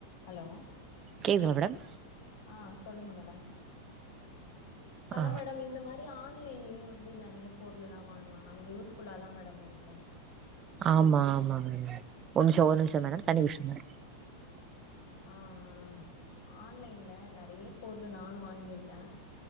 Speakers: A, on the left; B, on the right.
A: Hello
B: கேக்குதுங்களா madam
A: ஆ சொல்லுங்க மேடம் ஹலோ
B: ஆ
A: மேடம் இந்த மார் எப்டி ஆன்லைன்லியு வந்து நறையா பொருள் எல்லா வாங்கலா நமக்கு யூஸ் ஃபுல்லா தா மேடம் இருக்கு
B: ஆமா ஆமாங் மேடம் கொஞ்சோ ஒரு நிம்ஷோ மேடம் தண்ணி குடுச்சுட்டு வந்துற
A: ஆ ஆ ஆன்லைன்ல நறையா பொருளு நானு வாங்கிருக்க